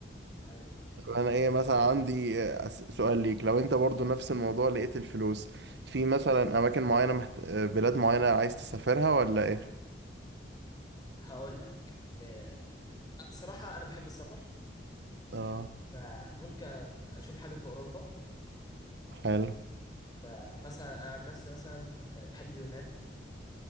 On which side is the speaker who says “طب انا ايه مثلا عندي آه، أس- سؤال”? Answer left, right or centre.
Right